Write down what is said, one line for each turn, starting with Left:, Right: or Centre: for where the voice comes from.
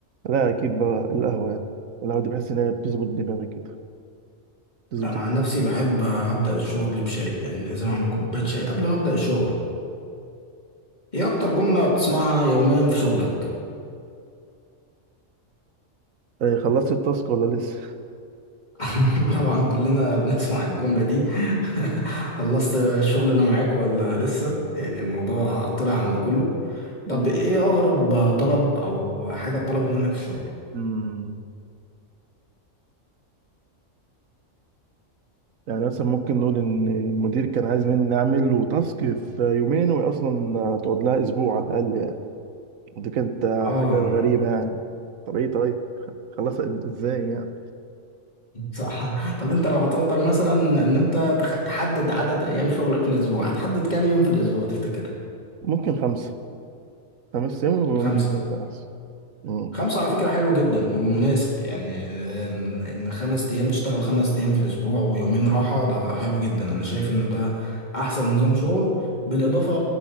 Right: لا اكيد بقى القهوه يعني القهوه دي بحس ان هي بتظبط دماغي كده بتظبط
Left: انا عن نفسي بحب ابدأ الشغل بشاي يعني لازم اعمل
Right: الدماغ.
Left: كوباية شاي قبل ما ابدأ الشغل ايه اكتر جملة بتسمعها يوميا في شغلك
Right: إيه، خلصت التاسك ولا لسه
Left: <laughs> طبعا كلنا بنسمع الجملة دي <laughs> خلصت الشغل اللي معاك ولا لسه يعني الموضوع طلع
Right: مم.
Left: عن كله
Right: مم.
Left: طب ايه اغرب طلب او حاجة اتطلبت منك في الشغل
Right: مم. يعني مثلا ممكن نقول ان المدير كان عايز مني اعمل له تاسك في يومين وهي اصلا هتقعد لها اسبوع على الاقل يعني ودي كانت
Left: اه
Right: حاجه غريبه يعني طب ايه طيب خلصت ازاي يعني
Left: صح طب انت لو هتقدر مثلا ان انت تخ- تحدد عدد ايام شغلك في الاسبوع هتحدد كام يوم في الاسبوع تفتكر
Right: ممكن خمسه خمس ايام ويومين
Left: خمسة
Right: يبقى احسن مم.
Left: خمسة على فكرة حلو جدا ومناسب
Right: مم.
Left: يعني إن إن خمس أيام تشتغل خمس أيام في الأسبوع ويومين راحة ده حلو جدا أنا شايف إن ده أحسن نظام شغل بالإضافة